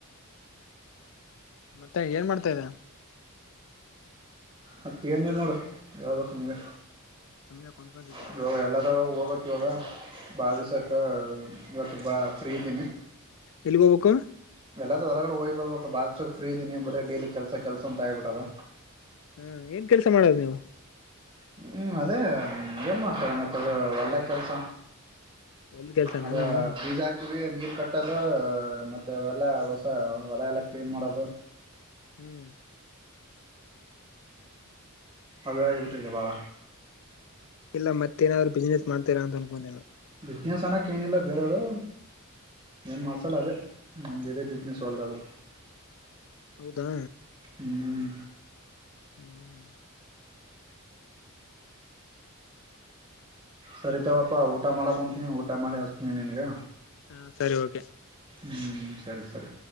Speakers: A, on the left (about 65°); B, on the right (about 25°).
A: ಮತ್ತೆ ಏನ್ ಮಾಡ್ತಾ ಇದೆ.
B: ಮತ್ತ ಏನ ಇಲ್ಲ ನೋಡು ಯಾವಾಗ ಬರ್ತೀ ನೀನು
A: ಸುಮ್ನೆ ಕುತ್ಕೊಂಡಿದ್ಯಾ
B: ಅಯ್ಯೋ ಯಲ್ಲೆರ ಹೋಗ್ಬೇಕ್. ಇವಾಗ ಬಾಳ ದಿವಸಕ್ಕೆ ಇವತ್ತು ಬ ಫ್ರೀ ಇದ್ದೀನಿ.
A: ಎಲ್ಲಿಗೋಬಕ.
B: ಎಲ್ಲಾದ್ರ ಹೊರಗಡೆ ಹೋಗ್ ಬರಬೇಕ ಬಾಳ ದಿವಸಕ್ ಫ್ರೀ ಇದೀನಿ ಬರೀ ಡೈಲಿ ಕೆಲಸ ಕೆಲಸ ಅಂತ ಆಗಿಬಿಟ್ಟದ.
A: ಹಾ ಏನ್ ಕೆಲ್ಸ ಮಾಡದು ನೀವು.
B: ಹ್ಮ್ ಅದೇ ಏನ್ ಮಾಡ್ತಾರ ಮತ್ತ ಅದ ಹೊಲದಾಗ ಕೆಲ್ಸ
A: ಹೊಲ್ದ ಕೆಲ್ಸನಾನ
B: ಅದ ಬೀಜ ಹಾಕಿವಿ. ನೀರ್ ಕಟ್ಟೋದು ಮತ್ತೆ ಅವೆಲ್ಲ ಹೊಸ ಹೊಲ ಎಲ್ಲ ಕ್ಲೀನ್ ಮಾಡೋದು.
A: ಹ್ಮ್.
B: ಅವೇ ಆಗಿಬಿಟ್ಟಿದವ್ ಬಾಳ.
A: ಇಲ್ಲ ಮತ್ತೇಏನಾದ್ರು ಬಿಸ್ನೆಸ್ ಮಾಡ್ತೀರಾ ಅನ್ಕೊಂಡೇನು.
B: ಬಿಸ್ನೆಸ್ ಅನ್ನಕ್ ಏನಿಲ್ಲ ಬೇರೆದು ಏನ್ ಮಾಡ್ಸಲ್ಲ ಅದೇ. ನಮ್ದ ಇದೇ
A: ಹ್ಮ್
B: ಬಿಸ್ನೆಸ್ ಹೊಲದ್ದು.
A: ಹೌದಾ.
B: ಹ್ಮಞ.
A: ಹ್ಮ್ ಹ್ಮ್.
B: ಸರಿತವಪ್ಪಾ ಊಟ ಮಾಡಕ ಹೊಂಂತೀನಿ ಊಟ ಮಾಡಿ ಹಸಾತಿನ ನಿನ್ಗ.
A: ಹಾ ಸರಿ ಓಕೆ.
B: ಹ್ಞೂ ಸರಿ ಸರಿ.